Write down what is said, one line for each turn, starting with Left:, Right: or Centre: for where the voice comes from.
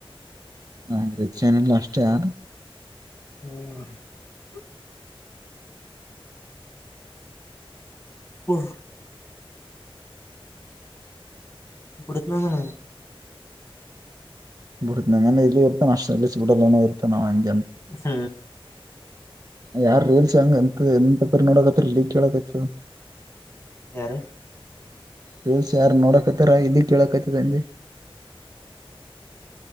Right: ಹ ರಚಿಯನಲ್ಲ ಅಷ್ಟ ಯಾರು
Left: ಹ್ಮ ಹುರ್ ಕುಡುತನಾನ
Right: ಬಿಡ್ತ ನ ಇಲ್ಲಿ ಇರ್ತಾನ ನ ಅಷ್ಟ ಅಲ್ಲಿ ಬಿಡಲ್ಲ ನನೆ ಇರ್ತ ನ್ ಹಂ
Left: ಹ್ಮ್
Right: ಯಾರ ರೀಲ್ಸ್ ಹಂಗ ಎಂತ ಎ ನೋಡಕತ್ರಿ ಲೀಕ್ ಕೇಳಕತದ
Left: ಯಾರ
Right: ರೀಲ್ಸ್ ಯಾರು ನೋಡಕತ್ತಾರ ಇಲ್ಲಿ ಕೇಳಕತ್ತದಂದೆ <unintelligible>